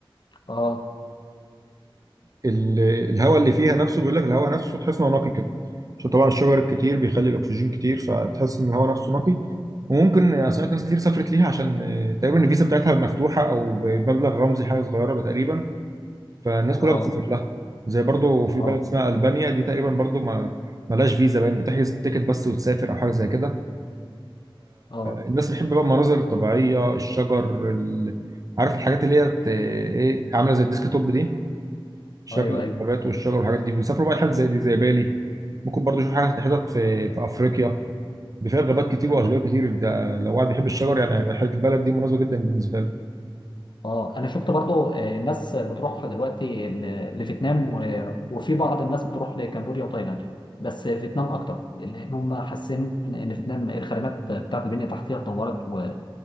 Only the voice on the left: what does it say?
اه
اه
اه
اه
ايوه ايوه
اه
اه انا شفت برضو آه، الناس بتروح دلوقتي ل- لفيتنام و- وفي بعض الناس بتروح لكمبوديا وتايلاند بس فيتنام اكتر لان هم حاسين ان فيتنام الخدمات بتاعت البنيه التحتيه اتطورت و...